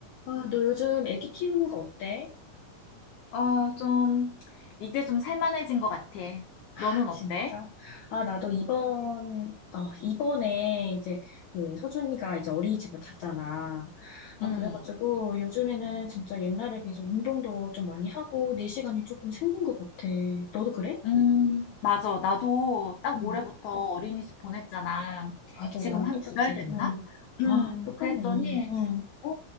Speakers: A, on the left; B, on the left.
A: 아, 너 요즘 애기 키우는 거 어때?
B: 아, 좀, 이제 좀 살만해진 것 같아.
A: 아,
B: 너는 어때?
A: 진짜? 아, 나도 이번, 어, 이번에 이제 그 서준이가 이제 어린이집을 갔잖아. 아,
B: 음,
A: 그래가지고 요즘에는 진짜 옛날에 비해서 운동도 좀 많이 하고 내 시간이 조금 생긴 것 같아. 너도 그래?
B: 음, 맞아. 나도 딱
A: 응.
B: 올해부터 어린이집 보냈잖아.
A: 아, 저
B: 지금
A: 나랑
B: 한
A: 똑같지?
B: 두 달 됐나?
A: 응.
B: 음,
A: 아, 똑같네.
B: 그랬더니,
A: 응.
B: 어,